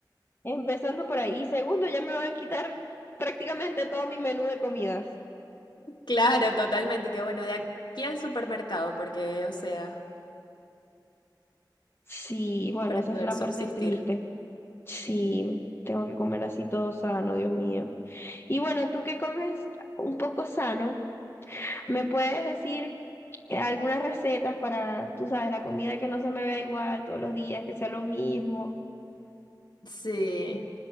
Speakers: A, on the left; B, on the left.
A: empezando por ahí. Y segundo, ya me van a quitar prácticamente todo mi menú de comidas.
B: Claro, totalmente. Y que bueno, de aquí al supermercado, porque, o sea,
A: Sí, bueno,
B: para
A: esa
B: poder
A: es la
B: subsistir.
A: parte triste. Sí, tengo que comer así todo sano, Dios mío. Y bueno, tú que comes un poco sano, ¿me puedes decir eh, algunas recetas para, tú sabes, la comida que no se me vea igual todos los días, que sea lo mismo?
B: Sí.